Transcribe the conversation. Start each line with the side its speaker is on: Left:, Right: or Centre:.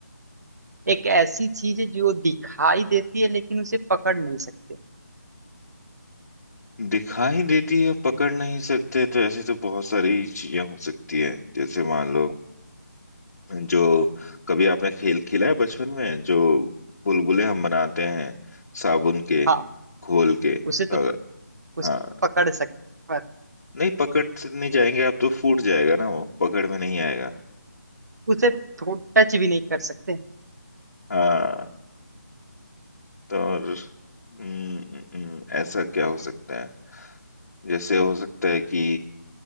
Right: एक ऐसी चीज है जो दिखाई देती है लेकिन उसे पकड़ नहीं सकते
Left: दिखाई देती है पकड़ नहीं सकते तो ऐसी तो बहुत सारी चीजें हो सकती है जैसे मान लो जो कभी आपने खेल खेला है बचपन में जो बुलबुले हम बनाते हैं साबुन के
Right: हाँ
Left: घोल के तो
Right: उसे तो
Left: अगर
Right: उस
Left: हाँ
Right: पकड़ सकते पर
Left: नहीं पकड़ से नहीं जाएंगे आप तो फूट जाएगा ना वो पकड़ में नहीं आएगा
Right: उसे टच भी नहीं कर सकते
Left: हाँ तो और हम्म, हम्म, ऐसा क्या हो सकता है जैसे हो सकता है कि